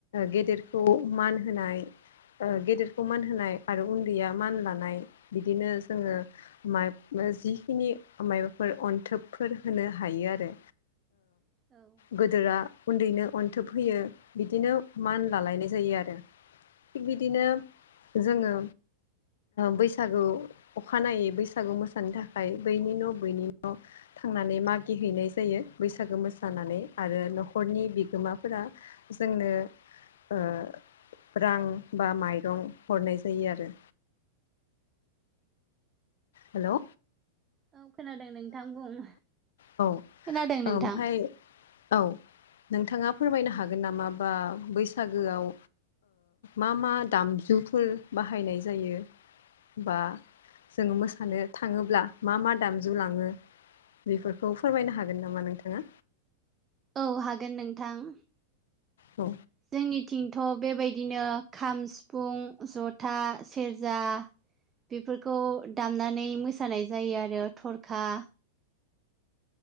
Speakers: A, on the left (about 80°); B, on the right (about 15°).
A: गेदेरखौ मान होनाय गेदेरखौ मान होनाय आरो उन्दैया मान लानाय बिदिनो जोङो मा जिखिनि माबाफोर अन्थोबफोर होनो हायो आरो
B: औ
A: गोदोरा उन्दैनो अन्थोब होयो बिदिनो मान लालायनाय जायो आरो थिग बिदिनो जोङो बैसागु अखानायै बैसागु मोसानो थाखाय बैनि न' बैनि न' थांनानै मागि हैैनाय जायो बैसागो मोसानानै आरो न'खरनि बिगोमाफोरा जों जोंनो ओ रां बा माइरं हरनाय जायो आरो। हेल'
B: औ खोनादों नोंथां बुं।
A: औ
B: खोनादों नोंथां।
A: ओमफ्राय औ नोंथाङा फोरमायनो हागोन नामा बा बैसागोआव मा मा दामजुफोर बाहायनाय जायो? बा जोङो मोसानो थाङोब्ला मा मा दाम जु लाङो बेफोरखौ फोरमायनो हागोन नामा नोंथाङा?
B: औ हागोन नोंथां।
A: औ
B: जोंनिथिंथ' बेबायदिनो खाम सिफुं जथा सेरजा बेफोरखौ दामनानै मोसानाय जायो आरो थरखा